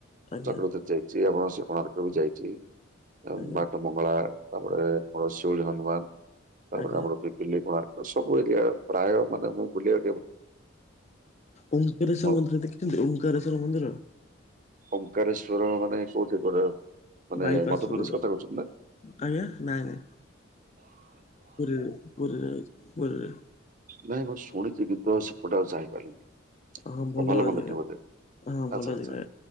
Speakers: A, on the left (about 35°); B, on the right (about 40°).
A: ଆଜ୍ଞା
B: ଚକ୍ରତରେ ଯାଇଛି, ଆମ ସେ କଣାର୍କ ବି ଯାଇଛି। ଆଉ
A: ଆଜ୍ଞା
B: ବାଟ ମଙ୍ଗଳା, ତା'ପରେ ଆମର ଶିଉଳି ହନୁମାନ। ତା'ପରେ
A: ଆଜ୍ଞା।
B: ଆମର ପି ପିଲି, କୋଣାର୍କ ସବୁ ଏରିଆ ପ୍ରାୟ ମାନେ ମୁଁ ବୁଲିବା
A: ଓଙ୍କାରେଶ୍ୱର
B: ମୁଁ
A: ମନ୍ଦିର ଦେଖିଛନ୍ତି? ଓଙ୍କାରେଶ୍ୱର ମନ୍ଦିର!
B: ଓଙ୍କାରେଶ୍ଵର ମାନେ କୋଉଠି କଉଟା? ମାନେ
A: ବାଇପାସ୍
B: ମଧପଲେଶ୍
A: ରୋଡ୍
B: କଥା କହୁଚନ୍ ନା?
A: ଆଜ୍ଞା ନାଇଁ ନାଇଁ ପୁରୀରେ, ପୁରୀରେ ଅଛି, ପୁରୀରେ।
B: ନାଇଁ, ମୁଁ ଶୁଣିଛି। କିନ୍ତୁ, ଆଉ ସେପଟେ ଆଉ ଯାଇପାରିଲିନି।
A: ହଁ
B: ଓ ଭଲ ମନ୍ଦରେ
A: ଜାଗା
B: ଟିଏ ବୋଧେ!
A: ହଁ ଭଲ
B: ଆଛା
A: ଜାଗା।
B: ଆଛା।